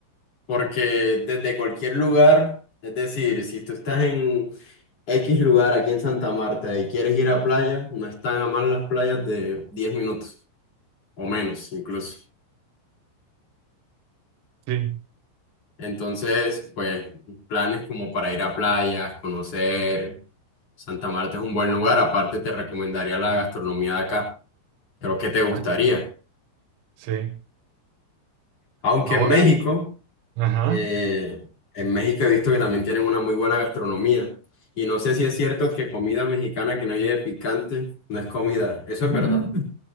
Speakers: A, on the left; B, on the right.
A: porque desde cualquier lugar, es decir, si tú estás en X lugar aquí en Santa Marta y quieres ir a playa, no están a más las playas de 10 minutos o menos incluso.
B: Sí,
A: Entonces, pues, planes como para ir a playas, conocer. Santa Marta es un buen lugar. Aparte, te recomendaría la gastronomía de acá. Creo que te gustaría.
B: allá. Sí.
A: Aunque
B: Ahora,
A: en México,
B: ajá.
A: eh, en México he visto que también tienen una muy buena gastronomía. Y no sé si es cierto que comida mexicana que no lleve picante no es comida. Eso es verdad. Ujú.